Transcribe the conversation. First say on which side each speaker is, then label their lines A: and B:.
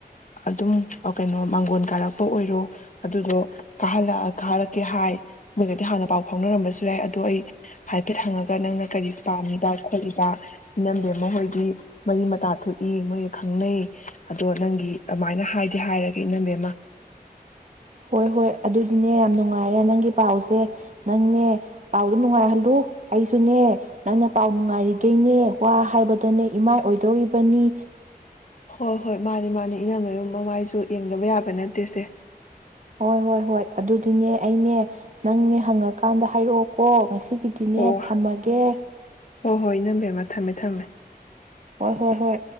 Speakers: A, on the left; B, on the right.
A: ꯑꯗꯨꯝ ꯀꯩꯅꯣ ꯃꯥꯡꯒꯣꯟ ꯀꯥꯔꯛꯄ ꯑꯣꯏꯔꯣ ꯑꯗꯨꯗꯣ ꯀꯥꯍꯜꯂ ꯀꯥꯍꯜꯂꯛꯀꯦ ꯍꯥꯏ ꯃꯣꯏꯒꯗꯤ ꯍꯥꯟꯅ ꯄꯥꯎ ꯐꯥꯎꯅꯔꯝꯕꯁꯨ ꯌꯥꯏ ꯑꯗꯣ ꯑꯩ ꯍꯥꯏꯐꯦꯠ ꯍꯪꯉꯒ ꯅꯪꯅ ꯀꯔꯤ ꯄꯥꯝꯃꯤꯕ ꯈꯣꯠꯂꯤꯕ ꯏꯅꯝꯕꯤ ꯃꯈ ꯍꯣꯏꯗꯤ ꯃꯔꯤ ꯃꯇꯥ ꯊꯣꯛꯏ ꯃꯣꯏꯒ ꯈꯪꯅꯩ ꯑꯗꯣ ꯅꯪꯒꯤ ꯑꯗꯨꯃꯥꯏꯅ ꯍꯥꯏ ꯗꯤ ꯍꯥꯏꯔꯒꯦ ꯏꯅꯝꯕꯦꯝꯃ
B: ꯍꯣꯏ ꯍꯣꯏ ꯑꯗꯨꯗꯤꯅꯦ ꯌꯥꯝ ꯅꯨꯡꯉꯥꯏꯔꯦ ꯅꯪꯒꯤ ꯄꯥꯎꯁꯦ ꯅꯪꯅꯦ ꯄꯥꯎꯗ ꯅꯨꯡꯉꯥꯏꯍꯜꯂꯨ ꯑꯩꯁꯨꯅꯦ ꯅꯪꯅ ꯄꯥꯎ ꯅꯨꯡꯉꯥꯏꯔꯤꯈꯩꯅꯦ ꯋꯥ ꯍꯥꯏꯕꯗꯅꯦ ꯏꯃꯥꯏ ꯑꯣꯏꯗꯧꯔꯤꯕꯅꯤ
A: ꯍꯣꯏ ꯍꯣꯏ ꯃꯥꯅꯤ ꯃꯥꯅꯤ ꯏꯅꯝꯃꯌꯨꯝ ꯃꯃꯥꯏꯁꯨ ꯌꯦꯡꯗꯕ ꯌꯥꯕ ꯅꯠꯇꯦꯁꯦ
B: ꯍꯣꯏ ꯍꯣꯏ ꯍꯣꯏ ꯑꯗꯨꯗꯤꯅꯦ ꯑꯩꯅꯦ ꯅꯪꯅꯦ ꯍꯪꯉꯀꯥꯟꯗ ꯍꯥꯏꯔꯛꯑꯣꯀꯣ ꯉꯁꯤ ꯁꯤꯒꯤꯗꯤꯅꯦ
A: ꯑꯣ
B: ꯊꯝꯃꯒꯦ
A: ꯍꯣꯏ ꯍꯣꯏ ꯏꯅꯝꯝꯕꯦꯝꯃ ꯊꯝꯃꯦ ꯊꯝꯃꯦ
B: ꯍꯣꯏ ꯍꯣꯏ